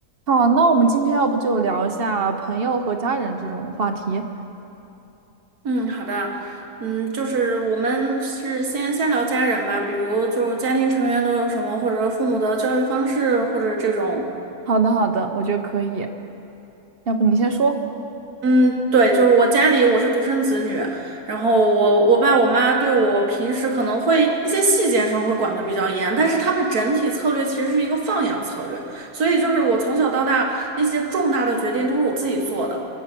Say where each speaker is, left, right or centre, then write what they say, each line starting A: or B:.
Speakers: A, on the right; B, on the right.
A: 好，那我们今天要不就聊一下朋友和家人这种话题。
B: 嗯，好的，嗯，就是我们是先先聊家人吧，比如就是家庭成员都有什么，或者父母的教育方式，或者这种，
A: 好的，好的，我觉得可以。要不你先说。
B: 嗯，对，就是我家里我是独生子女，然后我我爸我妈对我平时可能会一些细节上会管的比较严，但是他们整体策略其实是一个放养策略，所以就是我从小到大那些重大的决定都是我自己做的。